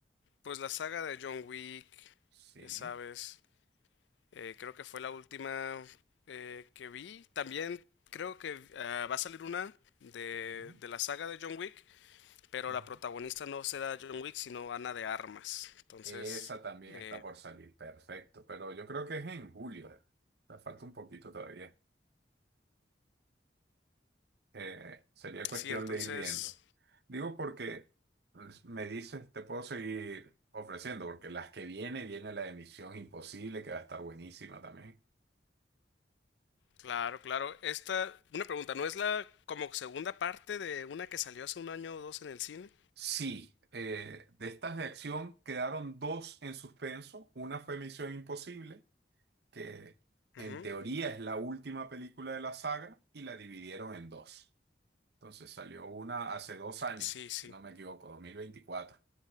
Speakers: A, on the left; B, on the right.
A: pues la saga de John Wick,
B: Sí,
A: ya sabes. eh, creo que fue la última eh, que vi. También creo que ah, va a salir una de,
B: ¿no?
A: de la saga de John Wick, pero
B: Ujú.
A: la protagonista no será John Wick, sino Ana de Armas. Entonces,
B: Esa también
A: eh,
B: está por salir, perfecto, pero yo creo que es en julio, eh. O sea, falta un poquito todavía. Eh, sería cuestión
A: sí, entonces,
B: de ir viendo. Digo porque pues, me dices, te puedo seguir ofreciendo, porque las que viene, viene la de Misión Imposible, que va a estar buenísima también.
A: claro, claro. Esta, una pregunta, ¿no es la como segunda parte de una que salió hace un año o dos en el cine?
B: Sí, eh, de estas de acción quedaron dos en suspenso. Una fue Misión Imposible, que en
A: Ujú.
B: teoría es la última película de la saga, y la dividieron en dos. Entonces salió una hace dos años,
A: Sí, sí.
B: si no me equivoco, 2024.